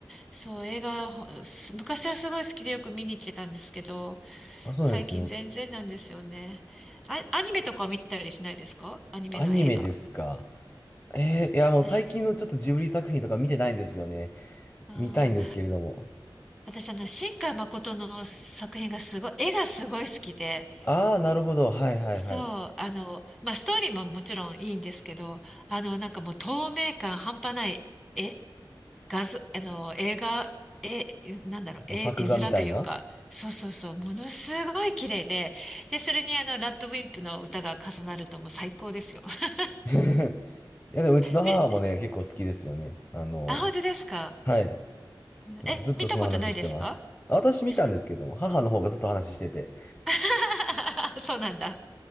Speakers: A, in the centre; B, on the left.
A: そう、映画、ほす昔はすごい好きでよく見に行ってたんですけど、
B: あ、そうなんですね。
A: 最近全然なんですよね。あ、アニメとか見たりしないですかアニメの映画。
B: アニメですか。えー、いやもう最近のちょっとジブリ作品とか見てないんですよね。
A: 私、あー、
B: 見たいんですけれども。
A: 私、あの、新海誠の作品がすごい、絵がすごい好きで、
B: ああ、なるほど。はいはいはい。
A: そう、あの、まあ、ストーリーももちろんいいんですけど、あの、なんかもう透明感半端ない絵画像、あの、映画、え、なんだろう、
B: あの作画みたいな。
A: 絵、絵面というか、そうそうそう、ものすごい綺麗で、で、それにあの、ラッドウィンプの歌が重なるともう最高ですよ。<laughs>
B: <laughs> いやでもうちの母もね、
A: み、
B: 結構好きですよね。あの、
A: あ、本当ですか
B: はい。
A: え、
B: ずっとその話してます。
A: 見たことないですか
B: あ私見たんですけども、
A: し
B: 母の方がずっと話してて。
A: <laughs> そうなんだ。